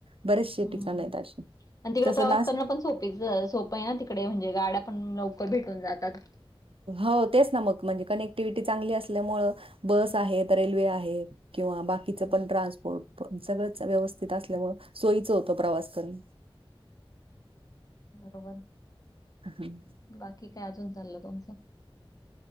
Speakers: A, on the right; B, on the left.
A: बरेचसे
B: हम्
A: ठिकाण आहेत अशी.
B: आणि तिकडे
A: तसं
B: प्रवास
A: नाशिक
B: करणं पण सोपेच सोप आहे ना तिकडे म्हणजे गाड्या पण लवकर भेटून जातात
A: हो तेच ना मग म्हणजे कनेक्टिव्हटी चांगली असल्यामुळ बस आहेत रेल्वे आहेत. किंवा बाकीचं
B: हम्म
A: पण ट्रान्सपोर्ट सगळंच व्यवस्थित असल्यामुळ सोयीचं होतं प्रवास करणं
B: बरोबर
A: हम्म.
B: बाकी काय अजून चाललं <unintelligible>